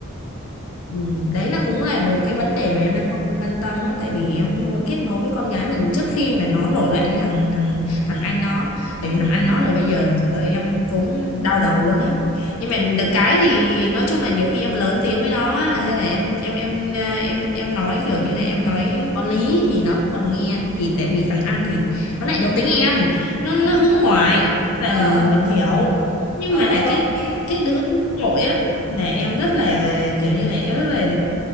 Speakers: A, on the left; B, in the centre.
A: Ừ, đấy là cũng là một cái vấn đề mà em đang quan tâm á tại vì em muốn kết nối với con gái mình trước khi mà nó nổi loạn như thằng thằng thằng anh nó tại
B: ừ
A: vì thằng anh nó là bây giờ trời ơi em cũng đau đầu luôn á nhưng mà được cái thì nói chung là nhiều khi em lớn tiếng với nó á hay là em em em à, em em nói kiểu như này em nói có lý thì nó còn nghe thì tại vì thằng anh thì nó lại giống tính em nó
B: ừ
A: nó hướng ngoại là
B: ờ
A: mình mình hiểu nhưng
B: ờ
A: mà cái
B: ok
A: cái đứa hướng nội á là em rất là kiểu như này em rất là